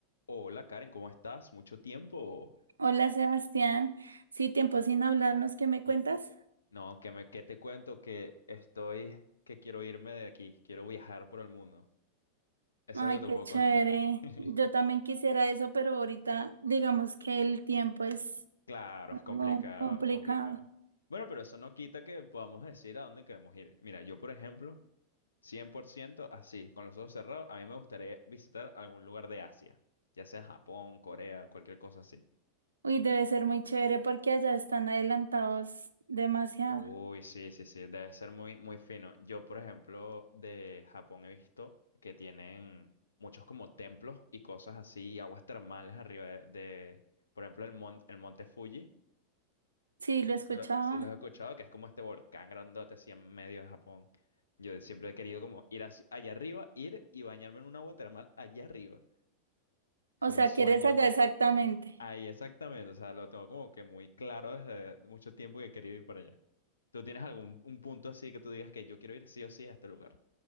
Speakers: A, on the left; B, on the right.
A: Hola Karen, ¿cómo estás? ¿Mucho tiempo?
B: Hola Sebastián, sí, tiempo sin hablarnos, ¿qué me
A: Bien.
B: cuentas?
A: No, que me, que te cuento que estoy, que quiero irme de aquí, quiero viajar por el mundo. Eso
B: Ay,
A: es lo que
B: qué
A: te puedo
B: chévere.
A: contar. <laughs>
B: Yo también quisiera eso, pero ahorita digamos que el tiempo es
A: Claro,
B: como
A: es complicado,
B: complicado.
A: es complicado. Bueno, pero eso no quita que podamos decir a dónde queremos ir. Mira, yo por ejemplo, 100%, así, con los ojos cerrados, a mí me gustaría visitar algún lugar de Asia, ya sea Japón, Corea, cualquier cosa así.
B: Uy, debe ser muy chévere porque allá están adelantados demasiado.
A: Uy, sí, sí, sí, debe ser muy, muy fino. Yo, por ejemplo, de Japón he visto que tienen muchos como templos y cosas así, y aguas termales arriba de, de, por ejemplo, el, mon- el monte Fuji.
B: Sí,
A: No
B: lo
A: sé
B: escuchaba.
A: si lo, si los he escuchado, que es como este volcán grandote así en medio de Japón. Yo siempre he querido como ir así- allá arriba, ir y bañarme en un agua termal allá arriba. Es
B: O
A: como
B: sea,
A: un sueño.
B: ¿quieres allá exactamente?
A: Ahí exactamente, o sea, lo tengo como que muy claro desde mucho tiempo que he querido ir para allá. ¿Tú tienes algún un punto así que tú digas que yo quiero ir sí o sí a este lugar?